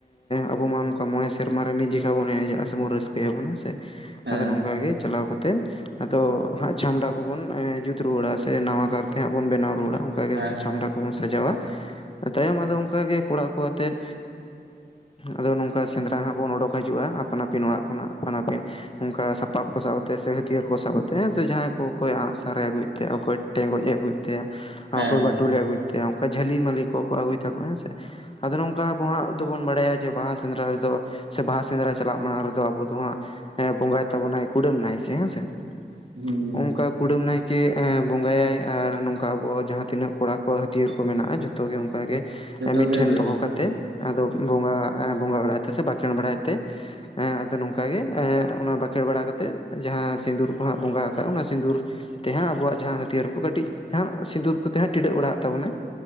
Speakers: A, on the left (about 30°); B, on the right (about 85°).
A: ᱟᱵᱚ ᱢᱟ ᱱᱚᱝᱠᱟ ᱢᱚᱬᱮ ᱥᱮᱨᱢᱟ ᱨᱮ ᱢᱤᱫ ᱡᱮᱠᱷᱟ ᱵᱚᱱ ᱮᱱᱮᱡᱟᱜᱼᱟ ᱥᱮ ᱵᱚᱱ ᱨᱟᱹᱥ ᱠᱟᱹ ᱵᱚᱱ ᱦᱮᱸ ᱥᱮ,
B: ᱦᱮᱸ
A: ᱟᱫᱚ ᱱᱚᱝᱠᱟ ᱜᱮ
B: ᱦᱮᱸ
A: ᱪᱟᱞᱟᱣ ᱠᱟᱛᱮᱫ ᱟᱫᱚ ᱦᱟᱸᱜ ᱪᱷᱟᱢᱰᱟ ᱠᱚᱵᱚᱱ ᱡᱩᱛ ᱨᱩᱣᱟᱹᱲᱟ ᱥᱮ, ᱱᱟᱣᱟ ᱠᱟᱨ ᱛᱮ ᱦᱟᱸᱜ ᱵᱚᱱ ᱵᱮᱱᱟᱣ ᱨᱩᱣᱟᱹᱲᱟ ᱚᱱᱠᱟ ᱜᱮ
B: ᱦᱮᱸ
A: ᱪᱷᱟᱢᱰᱟ ᱠᱚᱵᱚᱱ ᱥᱟᱡᱟᱣᱟ, ᱛᱟᱭᱚᱢ ᱟᱫᱚ ᱚᱱᱠ ᱜᱮ ᱠᱚᱲᱟ ᱠᱚ ᱟᱛᱮᱜ ᱟᱫᱚ ᱱᱚᱝᱠᱟ ᱥᱮᱸᱫᱽᱨᱟ ᱦᱟᱸᱜ ᱵᱚᱱ ᱚᱰᱳᱠ ᱦᱤᱡᱩᱜᱼᱟ, ᱟᱯᱟᱱ ᱟᱹᱯᱤᱱ ᱚᱲᱟᱜ ᱠᱷᱚᱱᱟᱜ ᱟᱯᱟᱱ ᱟᱹᱯᱤᱱ ᱚᱱᱠᱟ ᱥᱟᱯᱟᱵ ᱠᱚ ᱥᱟᱵ ᱛᱮ ᱥᱮ, ᱦᱟᱹᱛᱭᱟᱹᱨ ᱠᱚ ᱥᱟᱵ ᱠᱟᱛᱮ ᱥᱮ ᱡᱟᱦᱟᱸᱭ ᱠᱚ ᱚᱠᱚᱭ ᱟᱸᱜᱥᱟᱨᱮ ᱟᱹᱜᱩᱭᱮᱫ ᱛᱮ ᱚᱠᱚᱭ ᱴᱮᱸᱜᱚᱡ ᱮ ᱟᱹᱜᱩᱭᱮᱫ ᱛᱮ ᱟᱨ
B: ᱦᱮᱸ
A: ᱚᱠᱚᱭ ᱵᱟᱹᱴᱩᱞᱮ ᱟᱹᱜᱩᱭᱮᱫ ᱚᱱᱠᱟ ᱡᱷᱟᱹᱞᱤ ᱢᱟᱹᱞᱤ ᱠᱚᱠᱚ ᱠᱚ ᱟᱹᱜᱩᱭ ᱛᱟᱠᱚᱣᱟ ᱦᱮᱸ ᱥᱮ ᱾ ᱟᱫᱚ ᱱᱚᱝᱠᱟ ᱟᱵᱚ ᱦᱟᱸᱜ ᱫᱚ ᱵᱚᱱ ᱵᱟᱲᱟᱭᱟ, ᱡᱮ ᱵᱟᱦᱟ ᱥᱮᱸᱫᱽᱨᱟ ᱨᱮᱫᱚ ᱥᱮ ᱵᱟᱦᱟ ᱥᱮᱸᱫᱽᱨᱟ ᱪᱟᱞᱟᱜ ᱢᱟᱲᱟᱝ ᱨᱮ ᱫᱚ ᱟᱵᱚ ᱫᱚ ᱦᱟᱸᱜ ᱵᱚᱸᱜᱟᱭ ᱛᱟᱵᱚᱱᱟᱭ ᱠᱩᱰᱟᱹᱢ ᱱᱟᱭᱠᱮ ᱦᱮᱸᱥᱮ
B: ᱦᱩᱸ
A: ᱚᱱᱠᱟ ᱠᱩᱰᱟᱹᱢ ᱱᱟᱭᱠᱮ ᱵᱚᱸᱜᱟ ᱟᱭ ᱟᱨ ᱱᱚᱝᱠᱟ ᱟᱵᱚ ᱡᱟᱦᱟᱸ ᱛᱤᱱᱟᱹᱜ ᱠᱚᱲᱟ ᱠᱚᱣᱟᱜ ᱦᱟᱹᱛᱭᱟᱹᱨ ᱠᱚ ᱢᱮᱱᱟᱜᱼᱟ, ᱡᱚᱛᱚ ᱜᱮ ᱚᱱᱠᱟ ᱜᱮ ᱢᱤᱫ
B: ᱡᱚᱛᱚ ᱜᱮ
A: ᱴᱷᱮᱱ
B: ᱰᱷᱮᱨ
A: ᱫᱚᱦᱚ ᱠᱟᱛᱮᱫ, ᱟᱫᱚ ᱵᱚᱸᱜᱟ ᱵᱟᱲᱟᱭ ᱛᱮ ᱥᱮ ᱵᱟᱠᱷᱮᱲ ᱵᱟᱲᱟᱭ ᱛᱮ ᱟᱫᱚ ᱱᱚᱝᱠᱟ ᱜᱮ, ᱮᱻ ᱚᱱᱟ ᱵᱟᱸᱠᱷᱮᱲ ᱵᱟᱲᱟ ᱠᱟᱛᱮᱜ ᱡᱟᱦᱟᱸ ᱥᱤᱸᱫᱩᱨ ᱠᱚ ᱦᱟᱸᱜ ᱵᱚᱸᱜᱟ ᱟᱠᱟᱜ ᱚᱱᱟ ᱥᱤᱸᱫᱩᱨ ᱛᱮ ᱦᱟᱸᱜ ᱟᱵᱚᱣᱟᱜ ᱡᱟᱦᱟᱸ ᱦᱟᱹᱛᱭᱟᱹᱨ ᱠᱚ ᱠᱟᱹᱴᱤᱡ ᱦᱟᱸᱜ ᱥᱤᱸᱩᱨ ᱠᱚᱛᱮ ᱦᱟᱸᱜ ᱴᱤᱰᱟᱹᱜ ᱵᱟᱲᱟᱜ ᱛᱟᱵᱚᱱᱟᱭ,